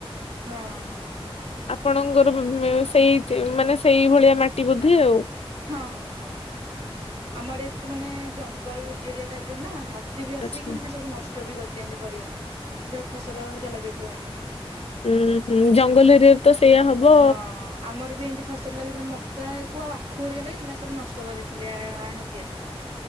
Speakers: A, on the right (about 80°); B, on the left (about 80°).
A: ହଁ ହଁ
B: ଆପଣଙ୍କର ମ୍-ମ୍-ମ୍ ସେଇ ମାନେ ସେଇ ଭଳିଆ ମାଟି ବୋଧେ ଆଉ।
A: ହଁ ହଁ ହଁ ଆମରେ ଏତେ ମାନେ ଜଙ୍ଗଲ ଏରିଆ ଟାଇପ ର ନା ହା ହାତୀ ବି ଆସିକି
B: ଆଚ୍ଛା
A: ମାନେ ସବୁ ନଷ୍ଟ ବି କରିଦିଅନ୍ତି ପରିବା। ଯାହା ଫସଲ ହରିକା ଲଗେଇଥିବୁ ଆମେ।
B: ଉୁଁ ହୁଁ ଜଙ୍ଗଲ ଏରିଆରେ ତ ସେଇୟା ହବ।
A: ହଁ ଆମର ବି ଏମିତି ଫସଲ ଲାଗିଥିଲା। ମକା କୁ ଆଉ ଆଖୁ ହରିକା ଲାଗିଥିଲା ସବୁ ନଷ୍ଟ କରିଦେଇଥିଲେ ଆ ହାତୀ ଆସିକି।